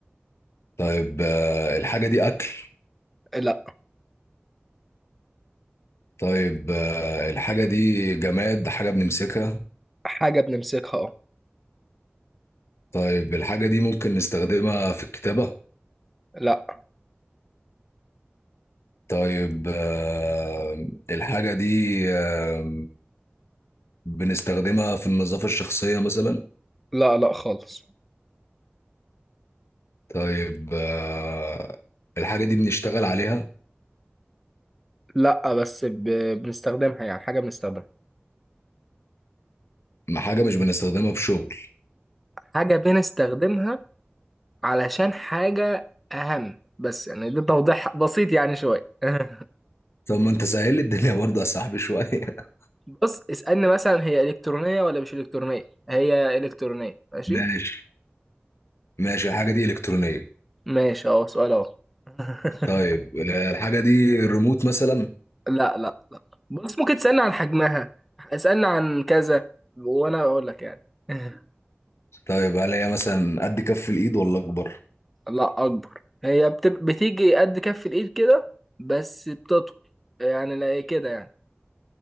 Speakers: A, on the left (about 85°); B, in the centre.
A: طيب آه، الحاجة دي أكل
B: لا
A: طيب آه، الحاجة دي جماد حاجة بنمسكها
B: حاجة بنمسكها اه
A: طيب الحاجة دي ممكن نستخدمها في الكتابة
B: لا
A: طيب آه، الحاجة دي آه، بنستخدمها في النظافة الشخصية مثلا
B: لا لا خالص
A: طيب آه، الحاجة دي بنشتغل عليها
B: لا بس ب... بنستخدمها يعني حاجة بنستخدمها
A: ما حاجة مش بنستخدمها في شغل
B: حاجة بنستخدمها علشان حاجة أهم بس يعني ده توضيح بسيط يعني شوية <laughs>
A: طب ما انت سهل لي الدنيا برضه يا صاحبي شوية <laughs>
B: بص اسألني مثلا هي إلكترونية ولا مش إلكترونية هي إلكترونية ماشي
A: ماشي ماشي الحاجة دي إلكترونية
B: ماشي اهو سؤال اهو <laughs>
A: طيب آه، الحاجة دي الريموت مثلا
B: لا لا لا بص ممكن تسألني عن حجمها اسألني عن كذا وانا اقول لك يعني <laughs>
A: طيب هل هي مثلا قد كف الإيد ولا أكبر؟
B: لا اكبر هي بتب... بتيجي قد كف الايد كده بس بتطول يعني لا إيه كده يعني